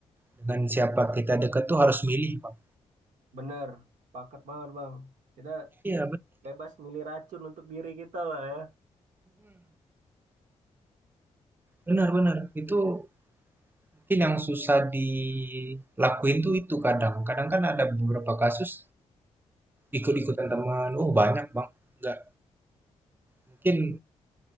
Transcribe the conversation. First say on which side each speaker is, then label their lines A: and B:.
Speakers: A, on the right (about 15°); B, on the right (about 80°).
A: dengan siapa kita dekat tuh harus milih, Bang.
B: Bener, paket banget bang. Kita
A: Iya, benar.
B: bebas milih racun untuk diri kita lah ya.
A: benar-benar. Itu mungkin yang susah dilakuin tuh itu kadang. Kadang kan ada beberapa kasus Ikut-ikutan teman, oh banyak Bang, nggak mungkin